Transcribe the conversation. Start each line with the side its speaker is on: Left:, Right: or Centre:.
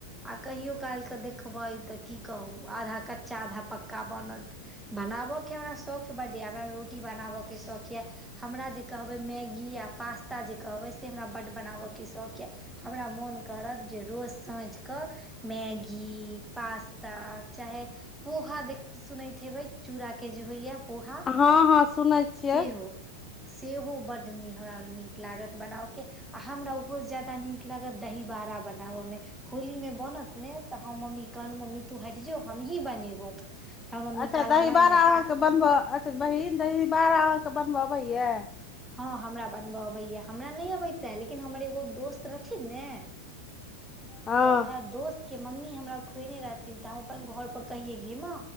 Centre: आ कहियो कालहिकेऽ देखबै तऽ की कहू आधा कच्चा आधा पक्का बनत बनाबय के हमरा शौख बड्ड यऽ हमरा रोटी बनाबय के शौख यऽ हमरा जे कहबै मैगी आ पास्ता जे कहबै से हमरा बड्ड बनाबयके शौक यए हमरा मोन करत जे रोज साँझकेँ मैगी पास्ता चाहे पोहा देख सुनैत हेबै चूड़ा के के जे होइया पोहा
Left: हँ हँ सुनै छियै
Centre: सेहो सेहो बड्ड नीक हमरा नीक लागत बनाबके आ हमरा ओहोसँ ज्यादा नीक लागत दहीबड़ा बनाबयमे होलीमे बनत ने तऽ हम मम्मी कहलहु मम्मी तू हटि जो हमही बनेबौ हमर मम्मी
Left: अच्छा
Centre: कहला
Left: दहीबाड़ा
Centre: नहि नहि
Left: अहाँके
Centre: पा
Left: बनबऽ अच्छा बहीन दहीबड़ा अहाँके बनबऽ अबैया
Centre: हँ हमरा बनबऽ अबैया हमरा नहि अबैते लेकिन हमर एगो दोस्त रहथिन ने
Left: हँ
Centre: तऽ उएह दोस्त के मम्मी हमरा खुएने रहथिन तऽ हम अपन घर पर कहिै गे मा